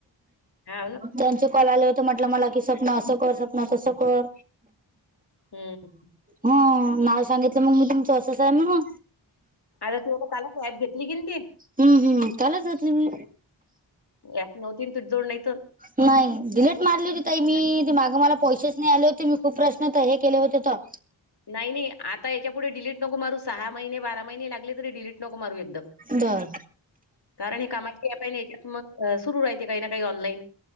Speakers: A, on the left; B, on the right.
A: हा ना
B: त्यांचे कॉल आले होते म्हटलं मला कि सपना असं कर सपना तसं कर.
A: हम्म...
B: हो नाव सांगितलं मग मी तुमचं असं सा आहे म्हणून.
A: तता काला ॲब घेतली की तेी. <unintelligible>
B: हम्म हम्म त्यालाचातली मी.
A: यात नवतीन तु जोड नाहीतर.
B: नाही डिलीट मारली होती ताई मी. मागे मला पैसेच नाही आले होते मी खूप प्रश्न हे केले होते. त.
A: नाही नाही आता याच्या पुुढे डिलीट नको मारू सहा महिने बारा महिने. ते लागले तरीडलीट नक मारू एकदम.
B: बर
A: कारण हे कामाचे ऍप आहे या च्यात मग सुरू राहते काही ना काही ऑनलाईन.